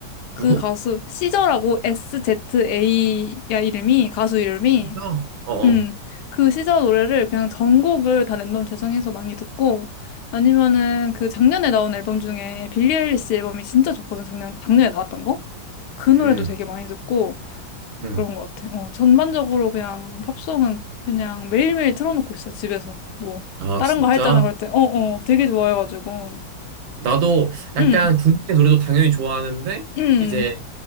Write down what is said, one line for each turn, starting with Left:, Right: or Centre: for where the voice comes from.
Right: 누구?
Left: 그 가수, 시저라고 SZA야 이름이, 가수 이름이.
Right: 진짜? 어어.
Left: 음, 그 시절 노래를 그냥 전곡을 다 랜덤 재생해서 많이 듣고, 아니면은 그 작년에 나온 앨범 중에 빌리 아일리시 앨범이 진짜 좋거든, 작년, 작년에 나왔던 거? 그
Right: 음,
Left: 노래도 되게 많이 듣고,
Right: 음.
Left: 그런 것 같아. 어, 전반적으로 그냥 팝송은 그냥 매일매일 틀어놓고 있어, 집에서. 뭐,
Right: 아,
Left: 다른
Right: 진짜?
Left: 거 할 때나 그럴 때, 어, 어, 되게 좋아해가지고.
Right: 나도 약간
Left: 음,
Right: 국내 노래도 당연히 좋아하는데,
Left: 음,
Right: 이제